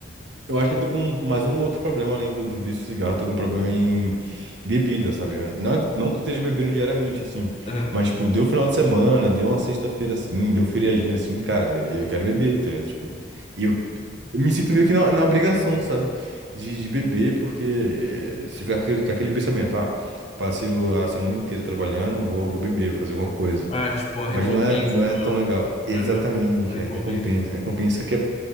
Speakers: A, on the right (about 80°); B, on the left (about 35°).
A: Eu acho que eu tô com mais um outro problema além do, do vício de cigarro. Eu tô com um problema em bebida, sabe? Não, não que eu esteja bebendo diariamente, assim.
B: Aham.
A: Mas, tipo, deu final de semana, deu uma sexta-feira assim, deu feriadinha assim, cara, eu, eu quero beber, tá ligado? Tipo, eu, eu me sinto meio que na, na obrigação, sabe? De, de beber, porque se ficar com aquele, com aquele pensamento, ah, passei o- a semana inteira trabalhando, vou, vou beber, vou fazer alguma coisa.
B: Ah, tipo, uma recompensa,
A: Mas não é, não
B: tipo,
A: é tão
B: eu.
A: legal. Exatamente,
B: Aham. Uma recompensa,
A: é recompensa.
B: né?
A: Recompensa que é,